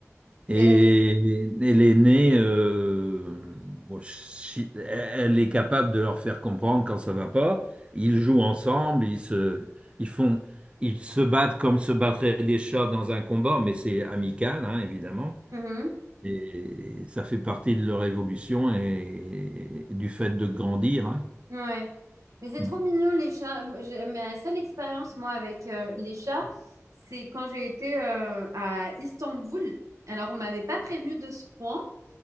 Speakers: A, on the right; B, on the right.
A: Et
B: C'est...
A: elle est née, euh, bon, si- elle est capable de leur faire comprendre quand ça va pas. Ils jouent ensemble, ils se, ils font, ils se battent comme se battraient des chats dans un combat, mais c'est amical, hein, évidemment.
B: Mhm.
A: Et ça fait partie de leur évolution et du fait de grandir. hein.
B: Ouais. Mais c'est
A: Mm.
B: trop mignon, les chats. Moi, j'ai- Ma seule expérience, moi, avec euh, les chats, c'est quand j'ai été euh, à Istanbul. Alors, on m'avait pas prévenu de ce point.